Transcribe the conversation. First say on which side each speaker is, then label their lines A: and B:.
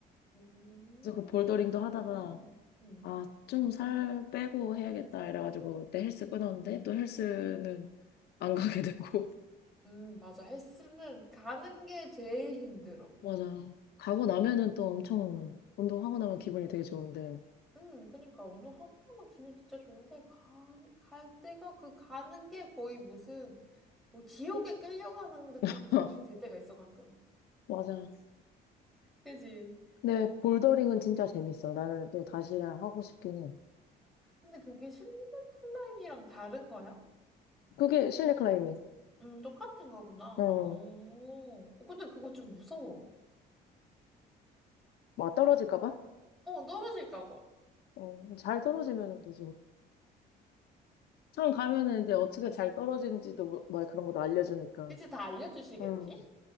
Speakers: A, in the centre; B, on the left.
A: 음,
B: 그래서 그 볼더링도 하다가,
A: 그렇구나. 음.
B: 아, 좀 살 빼고 해야겠다. 이래가지고 그때 헬스 끊었는데, 또 헬스는 안 가게 되고. <laughs>
A: 음, 맞아. 헬스는 가는 게 제일 힘들어.
B: 맞아. 가고 나면은 또 엄청, 운동하고 나면 기분이 되게 좋은데.
A: 음, 그니까 운동하고 나면 기분 진짜 좋은데 가, 갈 때가 그 가는 게 거의 무슨 뭐 지옥에 끌려가는 듯한
B: <laughs>
A: 기분이 들 때가 있어 가끔.
B: 맞아.
A: 그지?
B: 근데 볼더링은 진짜 재밌어. 나는 또 다시 하고 싶긴 해.
A: 근데 그게 실내 클라이밍이랑 다른 거야?
B: 그게 실내 클라이밍.
A: 음, 똑같은 거구나.
B: 어, 어.
A: 아, 어, 근데 그거 좀 무서워.
B: 막 떨어질까 봐?
A: 어, 떨어질까 봐.
B: 어, 잘 떨어지면 또 처음 가면은 이제 어떻게 잘 떨어지는지도 뭐- 막 그런 것도 알려주니까.
A: 이제 다 알려주시겠지?
B: 응.